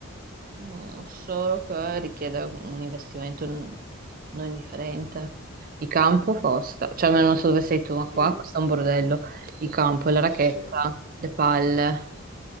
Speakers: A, on the right; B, on the left.
A: Mm, solo che richiede un investimento n- non indifferente. Il campo costa, cioè almeno non so dove sei tu, ma qua
B: Sì,
A: costa un bordello. Il campo, la racchetta,
B: sì, sì.
A: le palle.